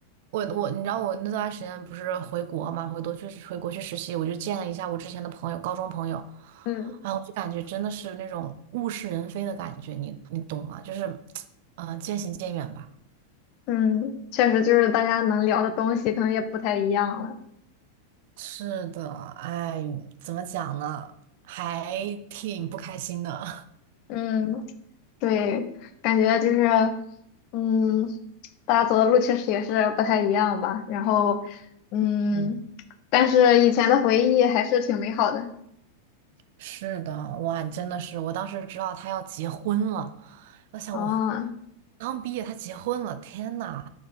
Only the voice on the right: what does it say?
我我你知道我那段时间不是回国嘛，回国去回国去实习，我就见了一下我之前的朋友，高中朋友，
啊，我就感觉真的是那种物是人非的感觉，你你懂吗？就是，嗯，呃渐行渐远吧。
是的，哎，怎么讲呢？还挺不开心的。
<laughs> 嗯，
是的，哇，真的是，我当时知道他要结婚了，我想我
刚毕业他结婚了，天呐！